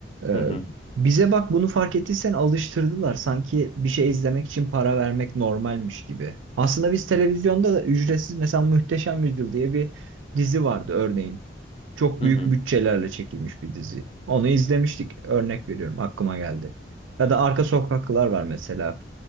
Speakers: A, on the right (about 85°); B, on the left (about 30°).
A: Ee,
B: hı hı,
A: bize bak bunu fark ettiysen alıştırdılar. Sanki bir şey izlemek için para vermek normalmiş gibi. Aslında biz televizyonda da ücretsiz mesela Muhteşem Yüzyıl diye bir dizi vardı örneğin. Çok
B: hı
A: büyük
B: hı.
A: bütçelerle çekilmiş bir dizi. Onu izlemiştik. Örnek veriyorum aklıma geldi. Ya da Arka Sokaklar var mesela.